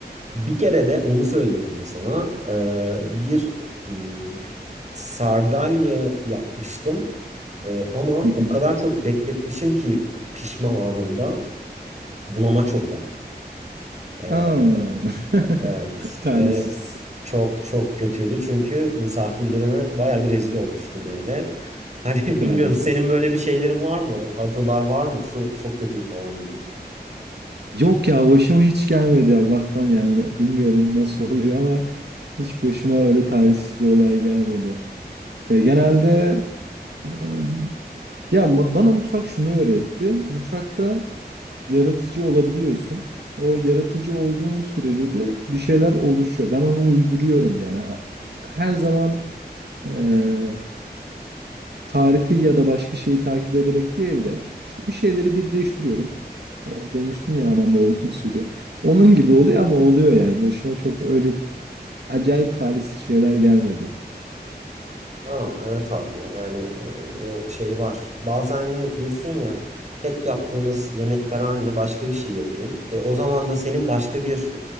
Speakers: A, on the right; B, on the right.
A: bir kere de onu söyleyeyim abi sana. Ee, bir ım, sardalya yapmıştım. Ee, ama
B: Hı hı.
A: o kadar çok bekletmişim ki pişme anında bulamaç oldu abi. Ee,
B: Ha. <laughs>
A: Evet
B: Talihsiz,
A: ve çok çok kötüydü çünkü misafirlerime bayağı bir rezil olmuştum öyle. Hani <laughs>
B: talihsiz.
A: bilmiyorum senin böyle bir şeylerin var mı? Adılar var mı? Şu çok kötü falan dedim.
B: Yok ya başıma hiç gelmedi Allah'tan yani. Bilmiyorum nasıl oluyor ama hiç başıma öyle talihsiz bir olay gelmedi. Ya genelde em, ya ma- bana mutfak şunu öğretti. Mutfakta yaratıcı olabiliyorsun. O yaratıcı olduğun sürece de bir şeyler oluşuyor. Ben onu uyduruyorum yani. Ha- Her zaman eee, tarifi ya da başka şeyi takip ederek değil de işte bir şeyleri birleştiriyorum. O demiştin ya anam babamın <laughs> usulü. Onun gibi oluyor ama oluyor yani. Başıma çok öyle acayip talihsiz şeyler gelmedi.
A: Ha evet abi ya yani e, o şey var. Bazen hani diyorsun ya hep yaptığımız yemekler aynı başka bir şey yapayım. E, o zaman da senin başka bir